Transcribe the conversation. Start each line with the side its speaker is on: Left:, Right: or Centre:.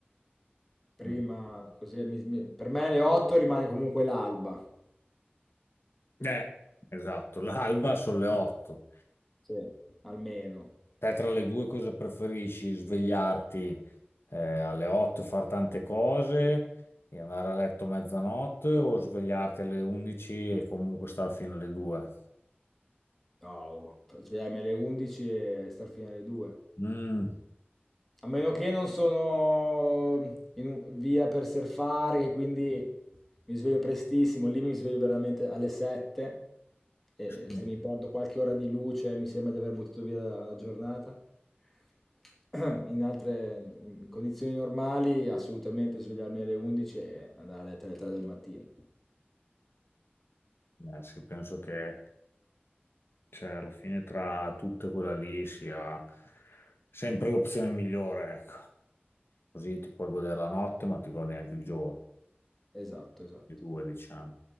Centre: Prima,
Left: Mm.
Centre: così, mi- mi- per me alle 8 rimane comunque l'alba,
Left: Eh, esatto. L'alba sono le 8.
Centre: sì, almeno.
Left: Te tra le due cosa preferisci? Svegliarti eh, alle 8 e fare tante cose e andare a letto a mezzanotte o svegliarti alle 11 e comunque stare fino alle 2?
Centre: No, svegliarmi alle 11 e star fino alle 2.
Left: Mm,
Centre: A meno che non sono in un- via per surfare, che quindi mi sveglio prestissimo, lì mi sveglio veramente alle 7 e
Left: sì.
Centre: se mi perdo qualche ora di luce mi sembra di aver buttato via la giornata. <clears throat> In altre in condizioni normali assolutamente svegliarmi alle 11 e andare a letto alle 3 del mattino.
Left: Eh, sì, penso che Cioè, alla fine tra tutte quella lì sia sempre l'opzione migliore, ecco. Così ti puoi godere la notte, ma ti godi anche il giorno.
Centre: Esatto, esatto.
Left: Le due, diciamo.